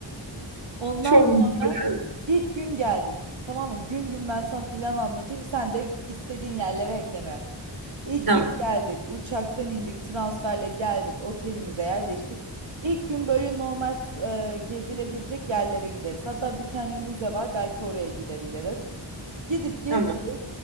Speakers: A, on the right; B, on the right.
A: Ondan
B: Çok
A: sonra
B: güzel.
A: ilk gün geldik. Tamam mı? Gün gün ben sana plan anlatayım. Sen de istediğin yerlere ekleme yap. İlk
B: Tamam.
A: gün geldik. Uçaktan indik. Transferle geldik. Otelimize yerleştik. İlk gün böyle normal e, gezilebilecek yerlere gideriz. Hatta bir tane müze var. Belki oraya gidebiliriz. Gidip gezeriz.
B: Tamam.